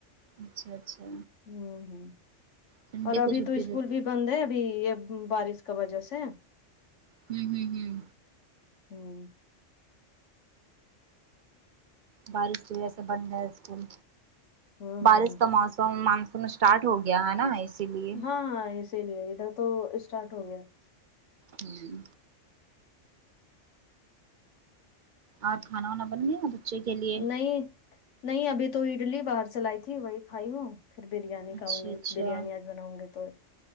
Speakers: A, on the right; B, on the left.
A: اچھا اچھا
B: ہوں ہوں
A: سنڈے
B: اور
A: کو
B: ابھی
A: چھٹی
B: تو اسکول
A: رہتی
B: بھی بند ہے ابھی یہ بارش کا وجہ سے
A: ہمم ہمم ہمم
B: ہوں
A: بارش کی وجہ بند ہے اسکول
B: ہوں
A: بارش
B: ہوں
A: کا موسم اسٹارٹ ہو گیا ہے نا اسی لیے
B: ہاں اسی لیے ادھر تو اسٹارٹ ہو گیا
A: ہمم اور کھانا وانا بن گیا بچے کے لیے
B: نہیں نہیں ابھی تو اڈلی باہر سے لائی تھی وہی کھائی ہوں پھر بریانی
A: اچھا
B: کھاوں گی
A: اچھا
B: بریانی آج بناؤ گی تو